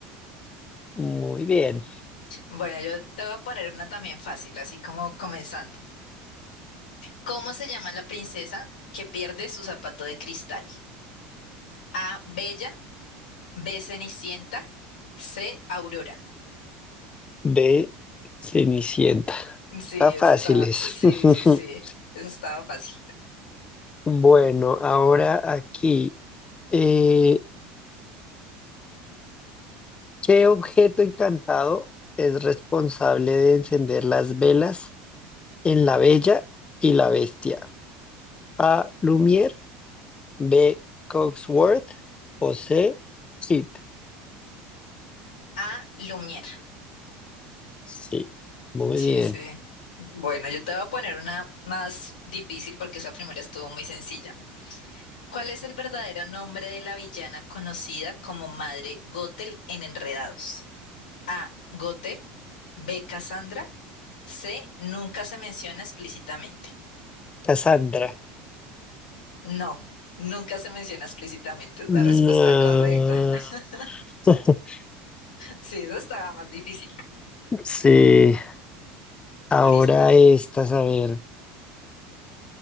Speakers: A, on the left (about 25°); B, on the left (about 90°).
A: Muy bien.
B: Bueno, yo te voy a poner una también fácil, así como comenzando. ¿Cómo se llama la princesa que pierde su zapato de cristal? A. Bella, B. Cenicienta, C. Aurora.
A: B, Cenicienta.
B: Sí,
A: Está fáciles.
B: eso está, sí,
A: <laughs>
B: sí, sí, eso estaba fácil.
A: Bueno, ahora aquí, eh, ¿qué objeto encantado es responsable de encender las velas en La Bella y la Bestia? A, Lumière, B, Cogsworth o C, Chip.
B: A. Lumière.
A: Sí, muy
B: Sí,
A: bien.
B: sí. Bueno, yo te voy a poner una más difícil porque esa primera estuvo muy sencilla. ¿Cuál es el verdadero nombre de la villana conocida como Madre Gothel en Enredados? A. Gothel. B. Cassandra. C. Nunca se menciona explícitamente.
A: Cassandra.
B: No, nunca se menciona explícitamente es
A: No.
B: la respuesta correcta. <laughs>
A: <laughs>
B: Sí, eso estaba más difícil.
A: Sí, ahora
B: Listo.
A: estas, a ver.